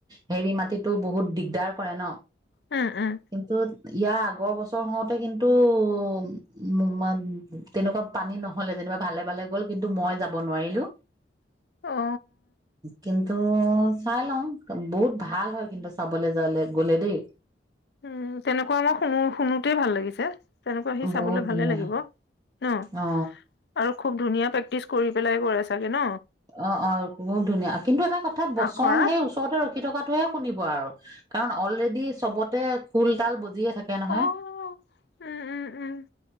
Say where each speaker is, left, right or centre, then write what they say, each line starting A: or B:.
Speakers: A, on the right; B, on the left.
A: হেৰি মাটিতো বহুত দিগদাৰ কৰে ন?
B: উম উম
A: কিন্তু ইয়াৰ আগৰ বছৰ হওঁতে কিন্তু--উ মা- তেনেকুৱা পানী নহলে যেনিবা, ভালে ভালে গ'ল। কিন্তু মই যাব নোৱাৰিলো।
B: অ
A: কিন্তু ত' চাই লওঁ, বহুত ভাল হয় কিন্তু চাবলৈ জালে গলে দেই।
B: উম- তেনেকুৱা ম, মই শুনো শুনোতেই ভাল লাগিছে। তেনেকুৱা সি চাবলৈ
A: বহুত
B: ভালে
A: ধুনীয়া
B: লাগিব ন?
A: অ
B: আৰু খুব ধুনীয়া পেক্তিছ। প্ৰেক্টিচ কৰি পেলাই কৰে চাগে ন?
A: অ' অ' বহুত ধুনীয়া। কিন্তু এটা কথা বচন
B: আখৰা
A: সেই ওচৰতে ৰখি থকা। টোৱে শুনিব আৰু, কাৰণ অলৰেডী ছবতে খোল তাল বজিয়ে থাকে নহয়
B: অ', উম, উম, উম,